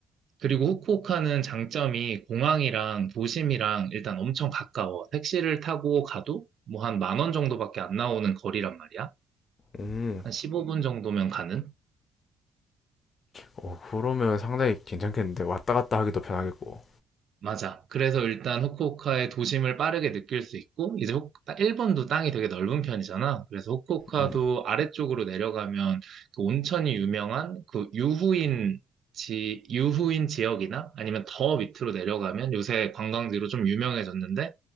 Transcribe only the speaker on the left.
음,
어, 그러면 상당히 괜찮겠는데 왔다 갔다 하기도 편하겠고
음.